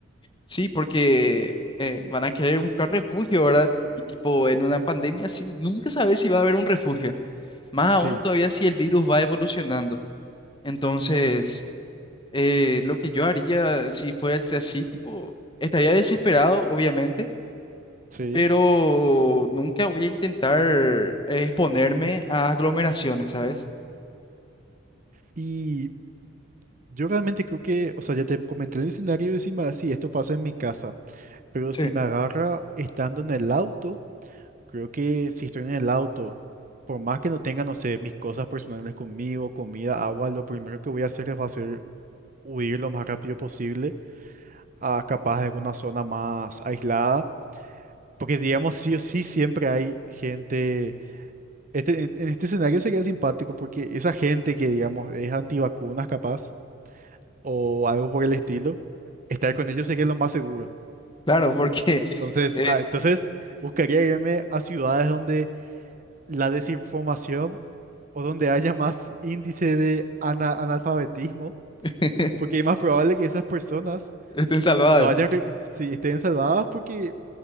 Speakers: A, on the left; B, on the right.
A: sí, porque eh, van a querer buscar refugio, ¿verdad? Y tipo, en una pandemia así, nunca sabes si va a haber un refugio. Más aún
B: Sí,
A: todavía si el virus va evolucionando. Entonces, eh, lo que yo haría si fuese así, tipo, estaría desesperado, obviamente,
B: sí.
A: pero nunca voy a intentar eh, exponerme a aglomeraciones, ¿sabes?
B: Y yo realmente creo que, o sea, ya te comenté el escenario de si me- si esto pasa en mi casa, pero
A: Sí.
B: si me agarra estando en el auto. Creo que si estoy en el auto, por más que no tenga, no sé, mis cosas personales conmigo, comida, agua, lo primero que voy a hacer es va a ser huir lo más rápido posible a capaz de alguna zona más aislada. Porque digamos, sí o sí siempre hay gente. Este, en, en este escenario sería simpático porque esa gente que, digamos, es antivacunas capaz o algo por el estilo, estar con ellos sería lo más seguro.
A: Claro, porque
B: Entonces,
A: <laughs> eh,
B: ah, entonces buscaría irme a ciudades donde la desinformación o donde haya más índice de ana- analfabetismo,
A: <laughs>
B: porque es más probable que esas personas
A: estén salvadas.
B: o no hayan, re- sí, estén salvadas porque